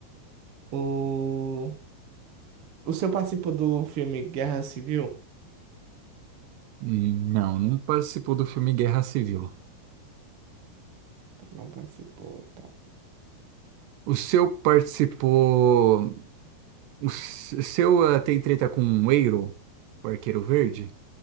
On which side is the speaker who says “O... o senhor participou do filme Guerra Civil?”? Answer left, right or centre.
Right